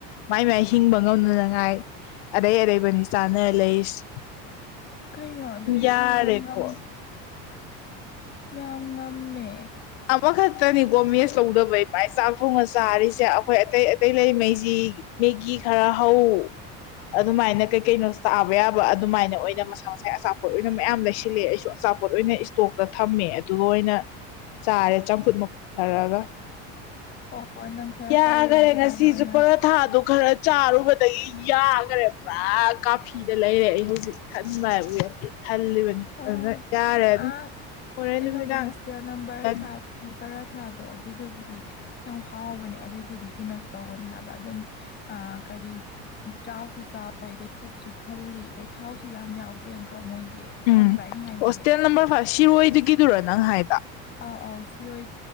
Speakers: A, on the left; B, on the left.
A: ꯃꯥꯏ ꯃꯥꯏ ꯍꯤꯡꯕ ꯉꯝꯅꯅꯉꯥꯏ ꯑꯔꯩ ꯑꯔꯩꯕꯅꯤ ꯆꯥꯅ ꯂꯩꯁ
B: ꯀꯩꯅꯣ ꯑꯗꯨꯑꯣꯏꯗꯤ
A: ꯌꯥꯔꯦꯀꯣ
B: ꯏꯃꯥ ꯌꯥꯝ ꯉ ꯌꯥꯝ ꯉꯝꯃꯦ
A: ꯑꯃ ꯈ ꯈꯛꯇꯅꯤ ꯒꯣ ꯃꯦꯁ ꯂꯧꯗꯕꯩ ꯃꯥꯏ ꯆꯥꯛ ꯊꯣꯡꯉ ꯆꯥꯔꯤꯁꯦ ꯑꯩꯈꯣꯏ ꯑꯇꯩ ꯑꯇꯩ ꯂꯩꯉꯩꯁꯤ ꯃꯦꯒꯤ ꯈꯔ ꯍꯥꯎ ꯑꯗꯨꯃꯥꯏꯅ ꯀꯩ ꯀꯩꯅꯣ ꯆꯥꯕ ꯌꯥꯕ ꯑꯗꯨꯃꯥꯏꯅ ꯑꯣꯏꯅ ꯃꯁꯥ ꯃꯁꯥ ꯑꯆꯥꯄꯣꯠ ꯑꯣꯏꯅ ꯃꯌꯥꯝ ꯂꯩꯁꯤꯜꯂꯦ ꯑꯩꯁꯨꯆꯥ ꯑꯆꯥꯄꯣꯠ ꯑꯣꯏꯅ ꯏꯁꯇꯣꯛꯇ ꯊꯝꯃꯦ ꯑꯗꯨꯒ ꯑꯣꯏꯅ ꯆꯥꯔꯦ ꯆꯥꯝꯐꯨꯠ ꯃꯨꯛꯊꯔꯛꯒ
B: ꯑꯣ ꯅꯪ ꯈꯔ
A: ꯌꯥꯈꯔꯦ
B: ꯇꯧꯔꯦꯕ ꯑꯗꯨꯃꯥꯏꯅ
A: ꯉꯁꯤꯁꯨ
B: ꯑꯣꯏꯅ
A: ꯄꯔꯊꯥꯗꯣ ꯈꯔ ꯆꯥꯔꯨꯕ ꯑꯗꯒꯤ ꯌꯥꯈꯔꯦ ꯄꯨꯔꯥ ꯀꯥꯐꯤꯗ ꯂꯩꯔꯦ ꯑꯩ ꯍꯧꯖꯤꯛ ꯊꯟꯕ ꯍꯥꯏꯕꯨ ꯊꯜꯂꯤꯕꯅꯤ
B: ꯑꯣ
A: ꯑꯗꯨꯅ ꯌꯥꯔꯦ ꯑꯗꯨꯝ
B: ꯑꯥ
A: ꯍꯣꯔꯦꯟ
B: ꯀꯩꯅꯣꯒꯤ
A: ꯅꯨꯃꯤꯗꯥꯡ
B: ꯍꯣꯁꯇꯦꯜ ꯅꯝꯕꯔ
A: ꯆꯥꯔꯅꯤ
B: ꯐꯥꯏꯚꯀꯤ ꯈꯔ ꯊꯥꯗꯣ ꯑꯗꯨꯏꯗꯨꯕꯨꯗꯤ ꯌꯥꯝ ꯍꯥꯎꯕꯅꯦ ꯑꯗꯨꯏꯗꯨꯗꯤ ꯀꯩꯅꯣꯁꯨ ꯇꯧꯕꯅꯦ ꯍꯥꯏꯕ ꯑꯗꯨꯝ ꯀꯔꯤ ꯆꯥꯎꯁꯨ ꯆꯥꯎꯋ ꯑꯗ ꯄꯨꯛꯁꯨ ꯊ ꯑꯗ ꯊꯥꯎ ꯑꯗꯨꯨ ꯌꯥꯝ ꯌꯥꯎꯗꯦ ꯅꯠꯇ꯭ꯔꯣ ꯃꯣꯏꯗꯤ ꯈꯪꯕ꯭ꯔꯥ
A: ꯎꯝ
B: ꯑꯩꯅ ꯍꯥꯏꯁꯦ
A: ꯍꯣꯁꯇꯦꯜ ꯅꯝꯕꯔ ꯐꯥꯏꯚ ꯁꯤꯔꯣꯏꯒꯤꯗꯨꯔꯣ ꯅꯪ ꯍꯥꯏꯗ
B: ꯑꯣ ꯑꯣ ꯁꯤꯔ